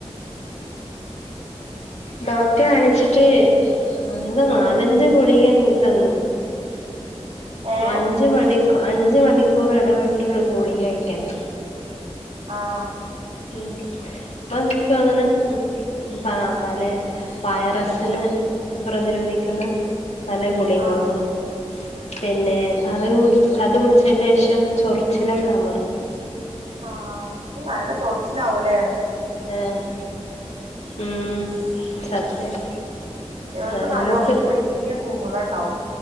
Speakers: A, on the left (about 75°); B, on the right (about 85°).
A: ഡോക്‌റ്റെ കാണിച്ചിട്ട് തന്ന് നാലഞ്ച് ഗുളിക അങ്ങ് തന്ന്
B: ഏഹ്
A: അഞ്ച് മണിക് അഞ്ച് മണിക്കൂർ എടവിട്ട്ള്ള ഗുളിക കഴിക്കാൻ
B: ആണോ?
A: ഉം ഇപ്പം ഇൻക്കങ്ങനെ ഉം പ പലെ വൈറസിന് പ്രതിരോധിക്കുന്ന പല ഗുളികകളും
B: ആഹ്
A: പിന്നെ അത് കുടി അത് കുടിച്ചേന്റെഷം ചൊറിച്ചിലൊക്കെ അമർന്ന്
B: ആഹ്‌ ഇത് നല്ല ചൊറച്ചിലാവൂല്ലേ?
A: ആഹ്‌ ഉംഹ് സത്യം
B: ചെലോർക്ക്
A: ആഹ്
B: നല്ലോം
A: നമ്മക്ക്
B: വെല്ല്യ കുമ്ളണ്ടാവും